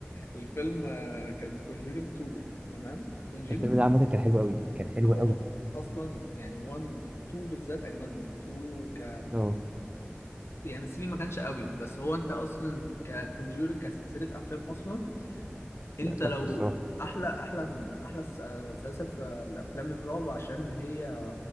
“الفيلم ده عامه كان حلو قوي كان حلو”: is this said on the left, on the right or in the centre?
Right